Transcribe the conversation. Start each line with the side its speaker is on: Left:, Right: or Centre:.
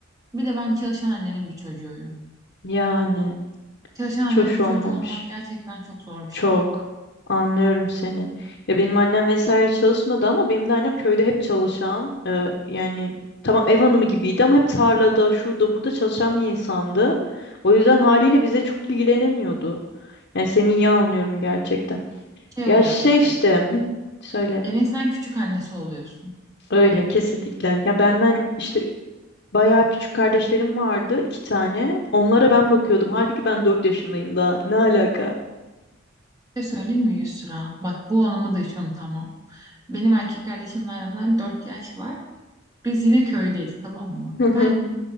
Right: Bir de ben çalışan annenin bir çocuğuyum.
Left: Yani
Right: Çalışan
Left: hiç
Right: annenin
Left: hoş
Right: bir
Left: olmamış.
Right: çocuğu olmak gerçekten çok zor bir
Left: Çok.
Right: şey.
Left: Anlıyorum seni. Ya benim annem vesaire çalışmadı ama benim de annem köyde hep çalışan, e, yani tamam ev hanımı gibiydi ama hep tarlada, şurada, burada çalışan bir insandı. O yüzden haliyle bize çok ilgilenemiyordu. Yani seni iyi anlıyorum gerçekten.
Right: Şey
Left: Ya
Right: oluyor
Left: şey
Right: mesela.
Left: işte, hı, söyle.
Right: Evin sen küçük annesi oluyorsun.
Left: Öyle kesinlikle. Ya benden işte bayağı küçük kardeşlerim vardı, iki tane. Onlara ben bakıyordum. Halbuki ben dört yaşındayım daha. Ne alaka?
Right: Bir şey söyleyeyim mi Yusra? Bak bu anımı da hiç unutamam. Benim erkek kardeşimle aramda 4 yaş var. Biz yine köydeyiz tamam mı?
Left: <laughs> Hı hı.
Right: Ben